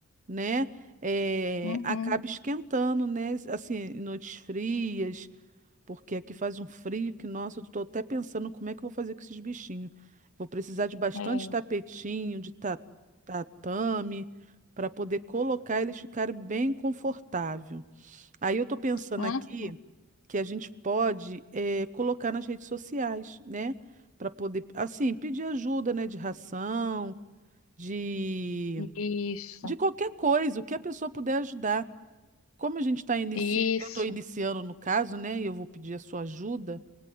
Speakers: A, on the right; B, on the left.
A: né, eh,
B: Uhum.
A: acaba esquentando, né, assim, em noites frias, porque aqui faz um frio que, nossa, eu tô até pensando como é que eu vou fazer com esses bichinhos. Vou precisar de bastante
B: É.
A: tapetinho, de ta- tatame, para poder colocar eles ficarem bem confortável. Aí eu tô pensando
B: Hum,
A: aqui que a gente pode eh, colocar nas redes sociais, né? Para poder, assim, pedir ajuda, né? De ração, de,
B: isso,
A: de qualquer coisa, o que a pessoa puder ajudar. Como a gente está iniciando,
B: isso.
A: eu estou iniciando no caso, né? E eu vou pedir a sua ajuda